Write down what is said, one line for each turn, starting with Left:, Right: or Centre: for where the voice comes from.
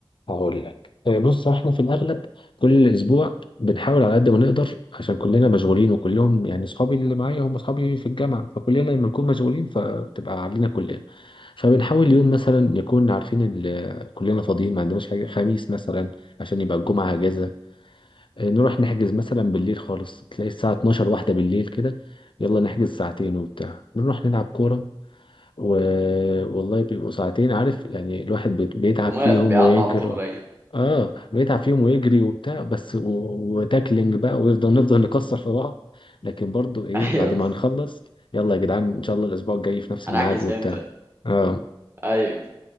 Left: هقول لك آه، بص احنا في الاغلب كل اسبوع بنحاول على قد ما نقدر عشان كلنا مشغولين وكلهم يعني اصحابي اللي معايا هم اصحابي في الجامعه فكلنا لما نكون مشغولين فبتبقى علينا كلنا فبنحاول يوم مثلا نكون عارفين ال- آه، كلنا فاضيين ما عندناش حاجه خميس مثلا عشان يبقى الجمعه اجازه آه، نروح نحجز مثلا بالليل خالص تلاقي الساعه 12 واحده بالليل كده يلا نحجز ساعتين وبتاع نروح نلعب كوره و... والله بيبقوا ساعتين عارف يعني الواحد بيت- بيتعب
Right: جمال
Left: فيهم
Right: بيعدي
Left: ويجري
Right: على طول ايوه
Left: اه بيتعب فيهم ويجري وبتاع بس و... وتاكلينج بقى ويفضل نفضل نكسر في بعض لكن برضو ايه
Right: <laughs> ايوه
Left: بعد ما نخلص يلا يا جدعان ان شاء الله الاسبوع الجاي في نفس
Right: انا
Left: الميعاد
Right: احجز
Left: وبتاع
Right: امتى
Left: اه
Right: ايوه